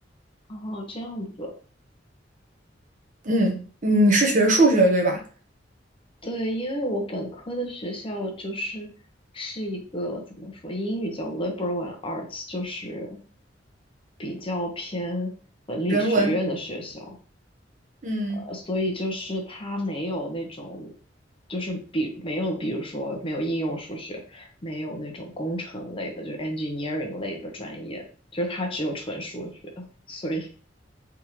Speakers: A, on the left (about 30°); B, on the right (about 45°).
A: 哦，这样子，
B: 嗯，你是学数学的对吧？
A: 对，因为我本科的学校就是是一个怎么说，英语叫 liberal and arts，就是比较偏文理学院的学校，
B: 人文，嗯，
A: 呃，所以就是它没有那种，就是比没有，比如说没有应用数学，没有那种工程类的，就是 engineering 类的专业，就是它只有纯数学，所以